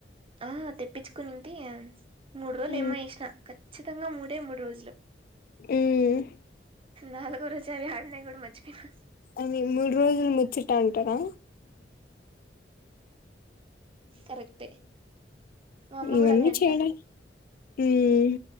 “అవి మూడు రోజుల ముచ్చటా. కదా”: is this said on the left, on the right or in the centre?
Left